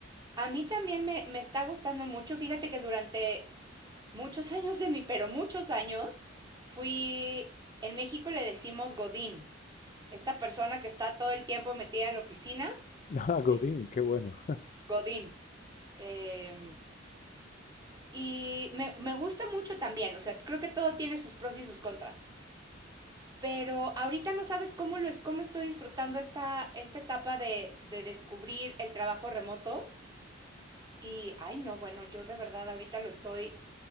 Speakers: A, on the right; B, on the left.
A: A mí también me, me está gustando mucho, fíjate que durante muchos años de mí, pero muchos años, fui, en México le decimos Godín, esta persona que está todo el tiempo metida en la oficina,
B: <laughs> Ah, Godín,
A: es
B: qué bueno. <laughs>
A: Godín. Eh, y me, me gusta mucho también, o sea, creo que todo tiene sus pros y sus contras pero ahorita no sabes cómo lo es, cómo estoy disfrutando esta, esta etapa de, de, descubrir el trabajo remoto. Y, ay, no, bueno, yo de verdad ahorita lo estoy